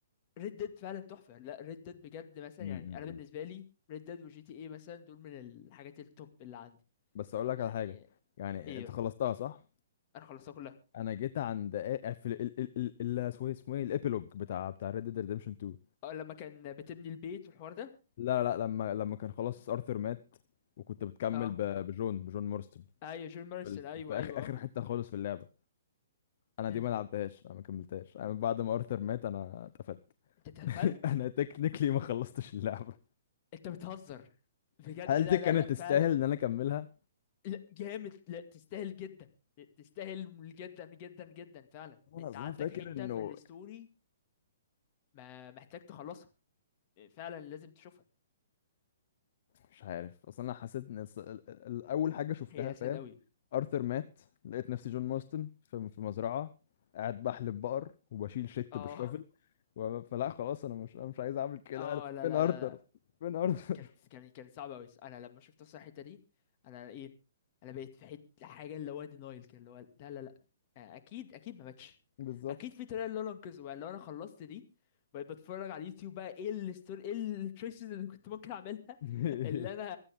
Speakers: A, on the left; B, on the left.
A: ريد ديد فعلا تحفه لا ريد ديد بجد مثلا
B: عندي
A: يعني انا بالنسبه لي ريد ديد وجي تي اي مثلا دول من الحاجات التوب اللي عندي
B: بس اقول لك
A: يعني
B: على حاجه يعني
A: ايه
B: انت خلصتها صح
A: انا خلصتها كلها
B: انا جيت عند آ- في ال ال ال ال اسمه ايه اسمه ايه الابيلوج بتاع بتاع ريد ديد ريدمشن 2
A: اه لما كان بتبني البيت والحوار ده
B: لا لا لما لما كان خلاص ارثر مات وكنت بتكمل
A: اه
B: ب- بجون بجون مورستون
A: ايوه جون مارسون
B: في, ال-
A: ايوه
B: في
A: ايوه
B: اخر اخر
A: اه
B: حته خالص في اللعبه انا دي
A: مم.
B: ما لعبتهاش انا ما كملتهاش انا بعد ما ارثر مات انا اتقفلت
A: انت اتقفلت
B: <laughs> انا تكنيكلي ما خلصتش اللعبه
A: انت بتهزر بجد
B: هل
A: لا
B: دي كانت
A: لا لا
B: تستاهل
A: فعلا
B: ان انا اكملها
A: لا جامد لا تستاهل جدا تستاهل جدا جدا جدا فعلا
B: انا
A: انت
B: أصل
A: عندك
B: أنا فاكر
A: حته
B: انه
A: في الستوري ما محتاج تخلصها فعلا لازم تشوفها
B: مش عارف اصل انا حسيت ان الص- ال- ال- اول حاجه شفتها
A: هي اسد
B: فاهم
A: قوي
B: ارثر مات لقيت نفسي جون ماستن
A: مم.
B: في في مزرعه قاعد بحلب بقر وبشيل شت
A: اه
B: بالشفل و- فلا خلاص انا مش أنا مش عايز اعمل كده
A: اه
B: انا فين
A: لا لا
B: ارثر
A: لا
B: فين ارثر
A: كانت كانت كانت صعبة أوي أنا لما شفت أصلا الحتة دي أنا إيه أنا بقيت في حتة حاجة اللي هو دينايل كده اللي هو لا لا لا آه، أكيد أكيد ما باكش
B: <laughs> بالظبط
A: أكيد في طريقة اللي أنا أنقذه بقى لو أنا خلصت دي بقيت بتفرج على اليوتيوب بقى إيه الستوري إيه التريسز اللي كنت ممكن أعملها
B: <laughs>
A: <laughs> اللي أنا